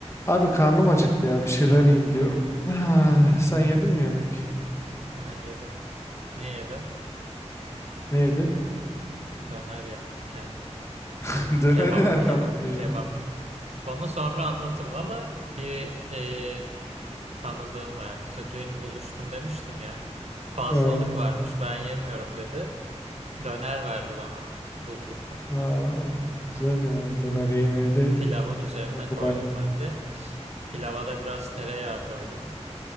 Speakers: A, on the left; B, on the right.
A: Abi karnım acıktı ya bir şeyler yiyeyim diyorum. Ah, sen yedin mi yemek?
B: Ben yedim. Ne yedim?
A: Ne yedin?
B: Döner yaptım kendime.
A: <laughs> Döneri
B: Kebap,
A: nereden
B: kebap,
A: buldun ya?
B: kebap. Onu sonra anlatırım ama bir e, tanıdığım verdi. İşte dün buluştum demiştim ya. Fazlalık
A: Ha,
B: varmış, ben yemiyorum dedi. Döner verdi bana buzlukta.
A: ha, güzel ya döner yemeyeli
B: Pilavın üzerine
A: oldu
B: koydum
A: baya.
B: ben de. Pilava da biraz tereyağı koydum.